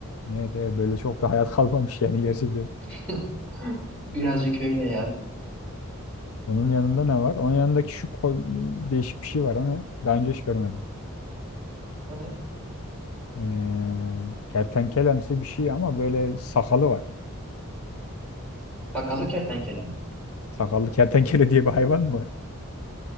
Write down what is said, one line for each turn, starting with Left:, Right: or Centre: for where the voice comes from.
Left: Evet, evet böyle çok da hayat <laughs> kalmamış yani gerçekten.
Centre: <laughs> Birazcık öyle ya.
Left: Onun yanında ne var? Onun yanındaki şu ko- değişik bir şey var ama daha önce hiç görmedim.
Centre: O ne?
Left: Ee, kertenkelemsi bir şey ama böyle sakalı var.
Centre: Sakallı kertenkele mi?
Left: Sakallı kertenkele diye bir hayvan mı var?